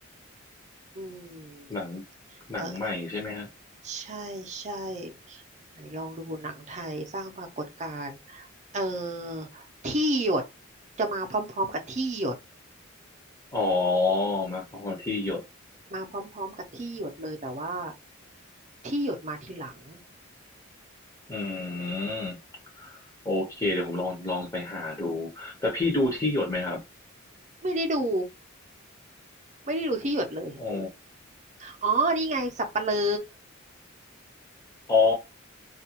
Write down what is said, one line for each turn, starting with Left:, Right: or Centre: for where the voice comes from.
Right: อื
Left: หนัง
Right: ม
Left: หนังใหม่ใช่ไหมฮะ
Right: เออใช่ใช่ไหนลองดูหนังไทยสร้างปรากฏการณ์เออที่หยดจะมาพร้อมๆกับที่หยด
Left: อ๋อมาพอที่หยด
Right: มาพร้อมๆกับที่หยดเลยแต่ว่าที่หยดมาทีหลัง
Left: อืมโอเคเดี๋ยวผมลองลองไปหาดูแต่พี่ดูที่หยดไหมครับ
Right: ไม่ได้ดูไม่ได้ดูที่หยดเลย
Left: อ๋อ
Right: อ๋อนี่ไงสัปเหร่อ
Left: อ๋อ